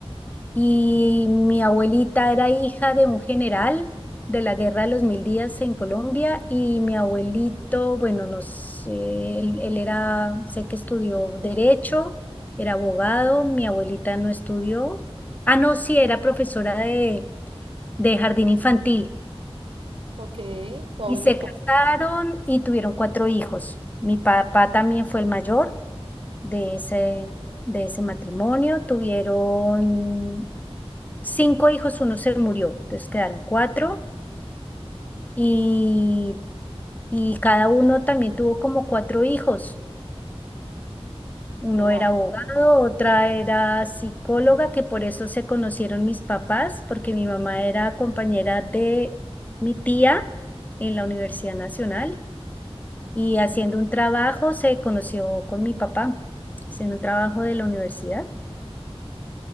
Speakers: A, on the left; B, on the right.
A: Y mi abuelita era hija de un general de la Guerra de los Mil Días en Colombia y mi abuelito, bueno, no sé, él, él era, sé que estudió derecho, era abogado, mi abuelita no estudió. Ah, no, sí, era profesora de, de jardín infantil.
B: Ok, tu abuelita.
A: Y se casaron y tuvieron cuatro hijos. Mi papá también fue el mayor de ese, de ese matrimonio. Tuvieron cinco hijos, uno se murió, entonces quedaron cuatro y, y cada uno también tuvo como cuatro hijos. Uno
B: Wow.
A: era abogado, otra era psicóloga, que por eso se conocieron mis papás, porque mi mamá era compañera de mi tía en la Universidad Nacional y haciendo un trabajo se conoció con mi papá, haciendo un trabajo de la universidad.